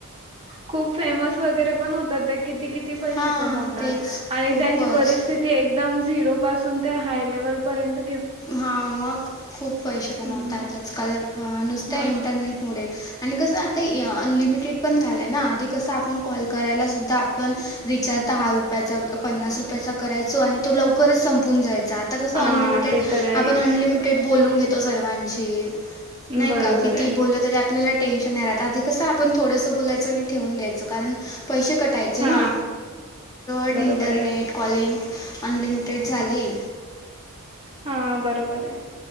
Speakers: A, on the right; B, on the left.
A: खूप फेमस वगैरे पण होतात ते. किती किती पैसे
B: हां
A: कमवतात
B: तेच
A: आणि
B: खूपच
A: त्यांची परिस्तिथी ते एकदम झिरो पासून ते हाय लेवलपर्यंत.
B: हा मग खूप पैसे कमवतात
A: हम्म
B: आजकाल. अ नुसत
A: हा
B: इंटरनेट मुळेच. आणि कसं आता अनलिमिटेड झालंय ना आधी कसं आपण कॉल करायला सुद्धा पण रिचार्ज दहा रुपयाचा पन्नास रुपयाचा करायचो आणि तो लवकरच संपून जायचा. आता आता‌ कसा
A: हा
B: अनलिटेड
A: ते तर आहेच
B: आपण अनलिमिटेड बोलून घेतो सर्वांशी नाही
A: बरोबर
B: का किती
A: आहे
B: बोललं तरी आपल्याला टेन्शन नाही राहत आधी कसा पण थोडसं बोलायचं ठेवून द्यायचं. करण पैशे कट टायचे
A: हा
B: ना इंटरनेट,
A: बरोबर आहे
B: कॉलिंग अनलिमिटेड झाली.
A: हा बरोबर आहे.